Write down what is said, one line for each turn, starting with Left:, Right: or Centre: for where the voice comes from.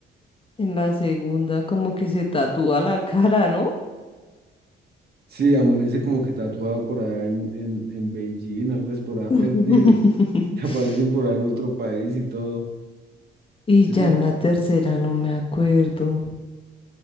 Left: en la segunda como que se tatúa la cara, ¿no?
Right: Sí, amanece como que tatuado por allá en, en, en Beijing, algo así, por allá
Left: <laughs>
Right: perdido. <laughs> Que aparecen por allá en otro país y todo.
Left: Y
Right: Ese,
Left: ya en la tercera no me acuerdo,